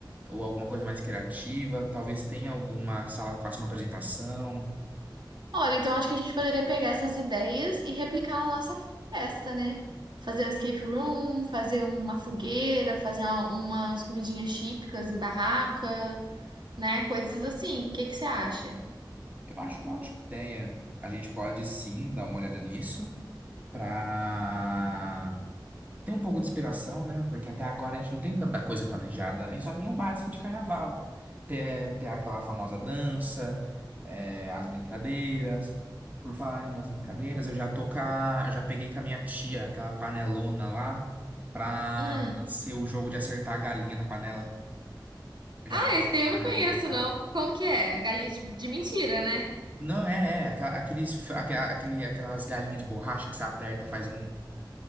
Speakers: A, on the right; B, on the right.
A: ou alguma coisa mais criativa, talvez tenha alguma sala que faça uma apresentação.
B: Olha, então acho que a gente poderia pegar essas ideias e replicar na nossa festa, né? Fazer um escape room, fazer uma fogueira, fazer uma- umas comidinhas típicas em barraca, né? Coisas assim. O que que você acha?
A: Eu acho uma ótima ideia. A gente pode sim dar uma olhada nisso para ter um pouco de inspiração, né? Porque até agora a gente não tem tanta coisa planejada, a gente só tem o básico de carnaval. Ter, ter aquela famosa dança, é, as brincadeiras. Por falar ainda nas brincadeiras, eu já tô com a- já peguei com a minha tia aquela panelona lá pra
B: Hum.
A: ser o jogo de acertar a galinha na panela. Eu
B: Ah,
A: já peguei
B: esse
A: aquela
B: daí eu
A: panelona.
B: não conheço, não. Como que é? Galinha de, de mentira, né?
A: Não, é, é. aqua- Aqueles, fra- aqua- aquele, aquelas galinhas de borracha que você aperta, faz um.